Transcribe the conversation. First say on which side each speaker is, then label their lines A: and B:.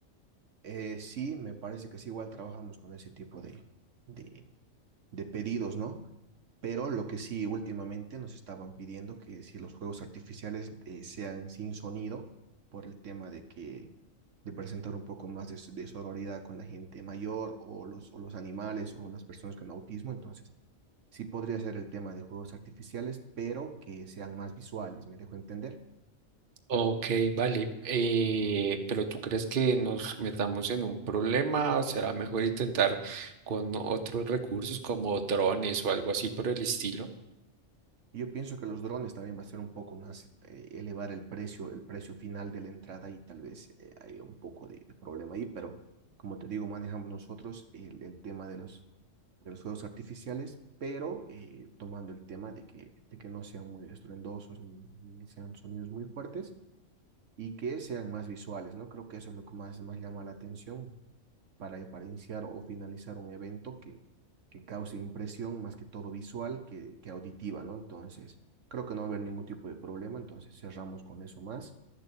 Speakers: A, on the right; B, on the right.
A: Eh, sí, me parece que sí, igual trabajamos con ese tipo de, de, de pedidos, ¿no? Pero lo que sí, últimamente nos estaban pidiendo que si los juegos artificiales eh, sean sin sonido, por el tema de que de presentar un poco más de, so- de sororidad con la gente mayor o los, o los animales o las personas con autismo, entonces sí podría ser el tema de juegos artificiales, pero que sean más visuales, ¿me dejo entender?
B: Ok, vale. Eh, pero ¿tú crees que nos metamos en un problema? ¿O será mejor intentar con otros recursos como drones o algo así por el estilo?
A: Y yo pienso que los drones también va a ser un poco más, eh, elevar el precio, el precio final de la entrada y tal vez eh, hay un poco de, de problema ahí, pero como te digo, manejamos nosotros el, el tema de los, de los juegos artificiales, pero eh, tomando el tema de que, de que no sean muy estruendosos ni, ni sean sonidos muy fuertes y que sean más visuales, ¿no? Creo que eso es lo que más, más llama la atención, para, para iniciar o finalizar un evento que, que cause impresión más que todo visual que, que auditiva, ¿no? Entonces, creo que no va a haber ningún tipo de problema, entonces cerramos con eso más.